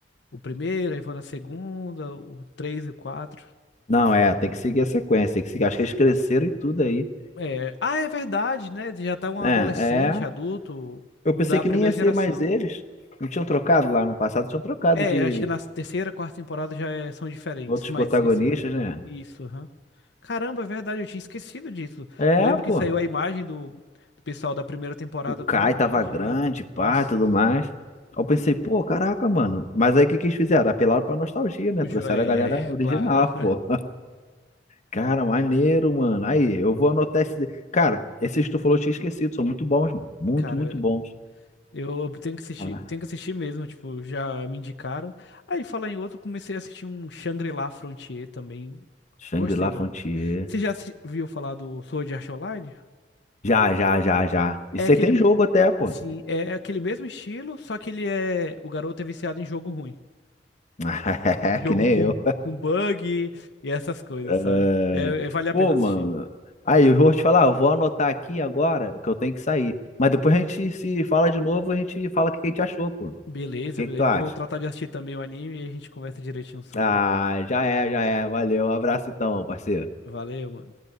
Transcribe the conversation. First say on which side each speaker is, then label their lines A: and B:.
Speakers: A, on the left; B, on the left.
A: o primeiro, aí vou na segunda, o três e o quatro.
B: Não, é, tem que seguir a sequência, tem que seguir. Acho que eles cresceram e tudo aí.
A: É... Ah, é verdade, né? Já tá um adolescente,
B: É, é.
A: adulto,
B: Eu
A: o
B: pensei
A: da
B: que
A: primeira
B: nem ia ser
A: geração.
B: mais eles. Não tinham trocado lá no passado, tinham trocado
A: É,
B: de
A: eu acho que na terceira, quarta temporada já é- são diferentes,
B: outros
A: mas
B: protagonistas,
A: esse último.
B: né?
A: Isso, aham. Caramba, é verdade, eu tinha esquecido disso.
B: É,
A: Eu lembro
B: pô.
A: que saiu a imagem do, do pessoal da primeira temporada,
B: O Kai
A: todo grande
B: tava grande,
A: já.
B: pá,
A: Nossa,
B: e tudo mais. Eu pensei, pô, caraca, mano. Mas aí o que que eles fizeram? Apelaram pra nostalgia, né?
A: o
B: Trouxeram
A: Ju- é,
B: a galera
A: é,
B: original,
A: claro. <laughs>
B: pô. Cara, maneiro, mano. Aí, eu vou anotar esse. Cara, esses que tu falou eu tinha esquecido, são muito bons, mano. Muito,
A: Cara,
B: muito bons.
A: eu tenho que assistir,
B: Olha lá.
A: tenho que assistir mesmo, tipo, já me indicaram. Aí, falar em outro, comecei a assistir um Shangri-La Frontier também.
B: Shangri-La
A: Gostei do...
B: Frontier.
A: Você já assi- viu falar do Sword Art Online?
B: Já, já, já, já. Isso
A: É aquele
B: aí tem jogo até, pô.
A: Sim, é aquele mesmo estilo, só que ele é. O garoto é viciado em jogo ruim.
B: <laughs>
A: Jogo
B: Que nem
A: com,
B: eu.
A: com bug e essas coisas,
B: É,
A: sabe? É, é- vale a
B: Pô,
A: pena assistir.
B: mano. Aí, eu vou te falar, eu vou anotar aqui agora que eu tenho que sair. Mas depois a gente se fala de novo, a gente fala o que a gente achou, pô. O
A: Beleza,
B: que
A: beleza.
B: que tu acha?
A: Eu Vou tratar de assistir também o anime e a gente conversa direitinho sobre.
B: Ah, já é, já é. Valeu. Um abraço então, parceiro.
A: Valeu, mano.